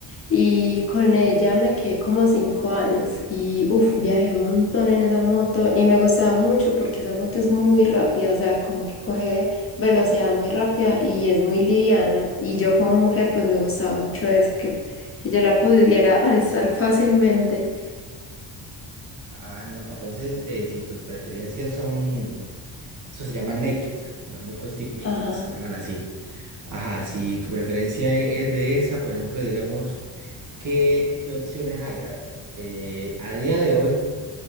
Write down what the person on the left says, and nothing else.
y con ella me quedé como cinco años y uff, viajé un montón en esa moto y me gustaba mucho porque esa moto es muy rápida, o sea, como que coger velocidad muy rápida y es muy liviana. Y yo como mujer pues me gustaba mucho eso, que, que yo la pudiera <laughs> alzar fácilmente.
Ajá.